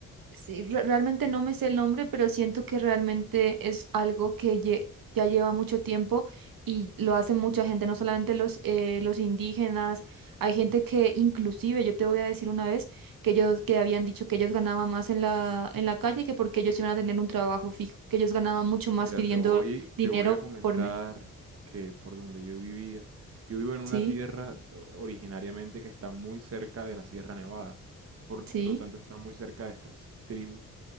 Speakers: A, on the right; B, on the right.
A: Sí, re- realmente no me sé el nombre, pero siento que realmente es algo que lle- ya lleva mucho tiempo y lo hace mucha gente, no solamente los, eh, los indígenas, hay gente que inclusive, yo te voy a decir una vez, que ellos que habían dicho que ellos ganaban más en la, en la calle que porque ellos iban a tener un trabajo fijo, que ellos ganaban mucho más
B: Mira,
A: pidiendo
B: te voy,
A: dinero
B: te voy a comentar
A: por medio.
B: que por donde yo vivía, yo vivo en una
A: Sí,
B: tierra eh, originariamente que está muy cerca de la Sierra Nevada, por
A: sí,
B: lo tanto está muy cerca de estas tribus,